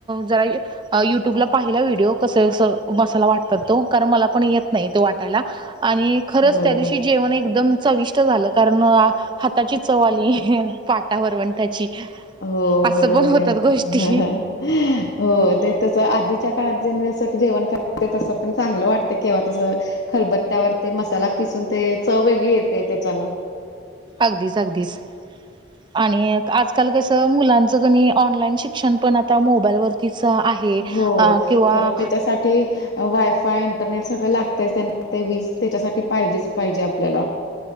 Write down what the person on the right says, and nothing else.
जरा युट्यूबला पाहिला व्हिडिओ कस असं मसाला वाटतात तो. कारण मला पण येत नाही तो वाटायला. आणि खरंच
त्या दिवशी जेवण एकदम चविष्ट झालं. कारण हाताची चव आली. पाट टा वरवंटाची,
असं
पण होतात
गोष्टी.
अगदीच अगदीच. आणि एक आजकाल कसं, मुलांचं कणी ऑनलाईन शिक्षण पण आता मोबाईलवरतीच आहे.
अ किंवा